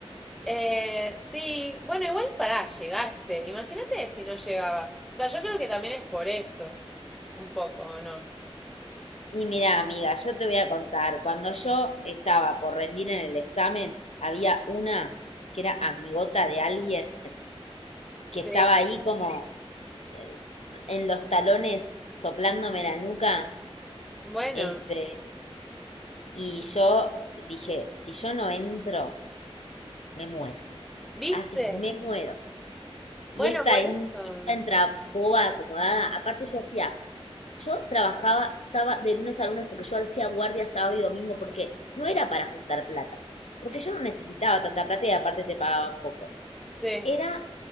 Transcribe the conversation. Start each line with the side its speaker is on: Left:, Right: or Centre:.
Centre: Eh, sí, bueno, igual pará, llegaste. Imagínate si no llegabas. O sea, yo creo que también es por eso. Un poco, ¿o no?
Left: Y mira, amiga, yo te voy a contar, cuando yo estaba por rendir en el examen, había una que era amigota de alguien que
Centre: Sí.
Left: estaba ahí como eh, s- en los talones soplándome la nuca,
Centre: Bueno,
Left: este, Y yo dije, si yo no entro, me muero.
Centre: ¿viste?
Left: Así, me muero.
Centre: Bueno,
Left: Y esta,
Centre: por
Left: en,
Centre: eso.
Left: esta entra boba, acomodada. Aparte yo hacía, yo trabajaba sábado, de lunes a lunes porque yo hacía guardia sábado y domingo porque no era para juntar plata. Porque yo no necesitaba tanta plata y aparte te pagaban poco.
Centre: Sí.
Left: Era